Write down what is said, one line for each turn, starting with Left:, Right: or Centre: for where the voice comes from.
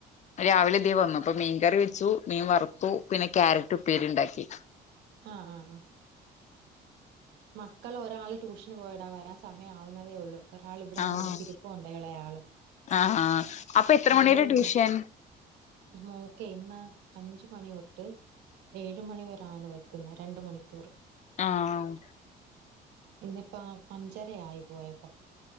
Left: രാവിലെ തേ വന്നപ്പ മീങ്കറി വെച്ചു മീൻ വറുത്തു പിന്നെ ക്യാര ട്ടു ഉപ്പേരി ഉണ്ടാക്കി
Right: ആഹ് ആ ആഹ് മക്കൾ ഒരാള് ട്യൂഷന് പോയടാ വരാൻ സമയം ആവുന്നേ ഉള്ളൂ ഒരാള് ഇവിടെന്റെട്
Left: ആഹ്
Right: തിരുപ്പുണ്ട് എളെ ആള്.
Left: ആഹ് ആഹ്. അപ്പൊ എത്ര
Right: രണ്ടുപേരും
Left: മണി വരെ ട്യൂഷൻ
Right: മോക്കേ ഇന്ന് അഞ്ച് മണി തൊട്ട് ഏഴ് മണിവരാണ് വെക്കുന്ന രണ്ട് മണിക്കൂർ
Left: ആഹ്
Right: ഇന്നിപ്പ അഞ്ചരയായി പോയപ്പോ